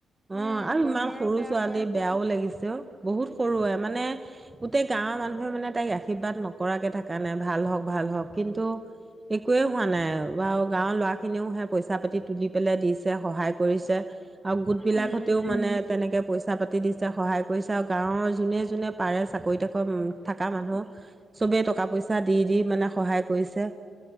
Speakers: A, on the right; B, in the centre.
A: অ
B: উম
A: আৰু
B: বতৰো
A: ইমান সৰু
B: বেয়া
A: ছোৱালী
B: হয়
A: বেয়াও লাগিছে বহুত সৰুৱে মানে গোটেই গাঁৱৰ মানুহে মানে তাইক ৰা আশীৰ্বাদ নকৰাকে থকা নাই ভাল হওক ভাল হওঁক কিন্তু একোৱে হোৱা নাই ব গাঁৱৰ লৰা খিনিও সে পইচা পাতি তুলি পেলাই দিছে সহায় কৰিছে আৰু গোট বিলাকতেও
B: উম উম
A: মানে তেনেকে পইচা পাতি দিছে সহায় কৰিছে আৰু গাঁৱৰ যোনে যোনে পাৰে চাকৰি তাকৰি থকা মানুহ চবেই কা টকা পইচা দি দি মানে সহায় কৰিছে